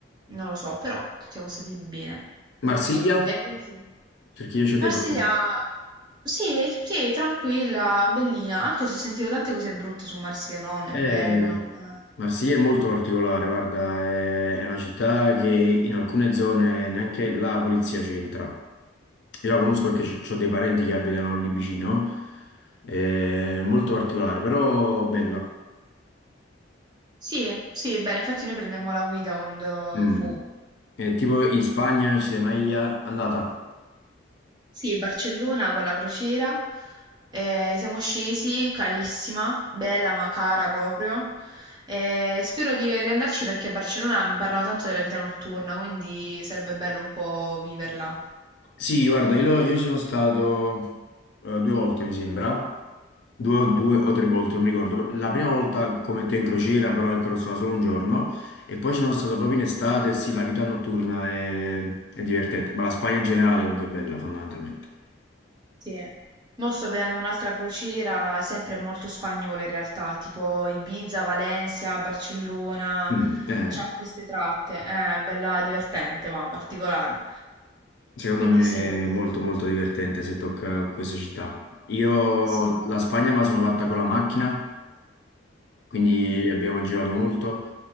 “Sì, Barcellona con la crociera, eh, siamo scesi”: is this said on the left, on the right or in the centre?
Right